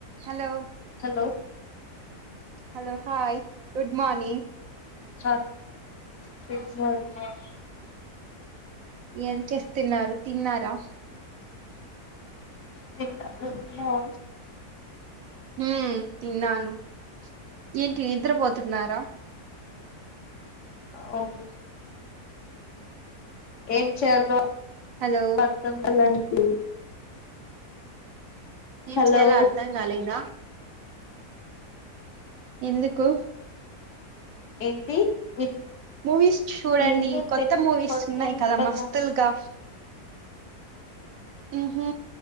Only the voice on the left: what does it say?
hello
హ six morning
తిన్న నువ్ తిన్నవ
అవును ఏం చేయాలో
<unintelligible>
హలో
ఏంటి విన్
ఏమో
తెలీదు
పడుకోని
ఉండగా